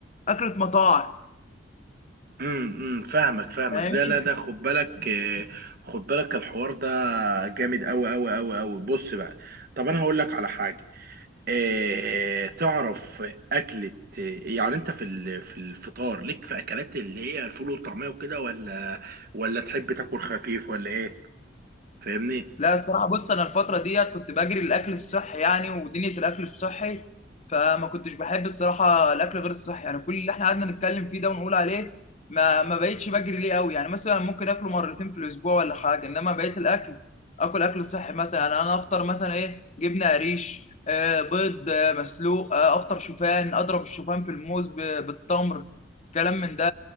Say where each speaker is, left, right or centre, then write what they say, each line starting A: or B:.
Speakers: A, on the left (about 35°); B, on the right (about 50°).
A: اكله مطاعم
B: امم امم، فاهمك فاهمك
A: فاهمني
B: لا لا ده خد بالك آه، خد بالك الحوار ده جامد قوي قوي قوي قوي بص بقى طب انا هقول لك على حاجه آه، تعرف اكله آه، يعني انت في ال- في الفطار ليك في اكلات اللي هي الفول والطعميه وكده ولا ولا تحب تاكل خفيف ولا ايه فاهمني
A: لا الصراحه بص انا الفتره دي كنت بجري الاكل الصحي يعني ودنيا الاكل الصحي فما كنتش بحب الصراحه الاكل غير الصحي يعني كل اللي احنا قعدنا نتكلم فيه ده ونقول عليه ما ما بقتش بجري ليه قوي يعني مثلا ممكن اكله مرتين في الاسبوع ولا حاجه انما بقيت الاكل اكل اكل صحي مثلا يعني انا افطر مثلا ايه جبنه قريش آه بيض آه مسلوق آه افطر شوفان اضرب الشوفان في الموز ب- بالتمر كلام من ده